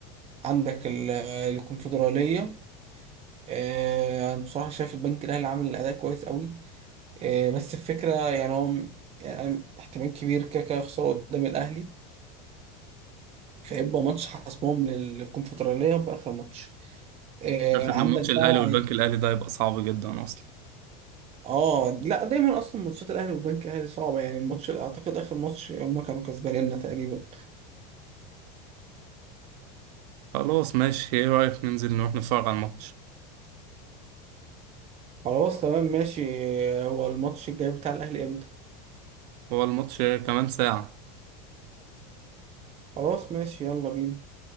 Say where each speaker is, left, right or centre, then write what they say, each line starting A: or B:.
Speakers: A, on the right (about 30°); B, on the right (about 70°).
A: عندك ال- الكونفدرالية آه، أنا بصراحة شايف البنك الأهلي عامل أداء كويس قوي آه، بس الفكرة يعني هو م- يعني احتمال كبير كده كده يخسروا قدام الأهلي فيبقى ماتش حاسمهم للكونفدرالية بآخر ماتش آه،
B: شايف إن
A: عندك
B: ماتش
A: بقى
B: الأهلي والبنك الأهلي ده هيبقى صعب جدا أصلا
A: اه لا دايما اصلا ماتشات الاهلي والبنك الاهلي صعبه يعني الماتش اعتقد اخر ماتش هم كانوا كسبانيننا تقريبا
B: خلاص ماشي إيه رأيك ننزل نروح نتفرج على الماتش
A: خلاص تمام ماشي آه، هو الماتش الجاي بتاع الاهلي امتى
B: هو الماتش كمان ساعة
A: خلاص ماشي يلا بينا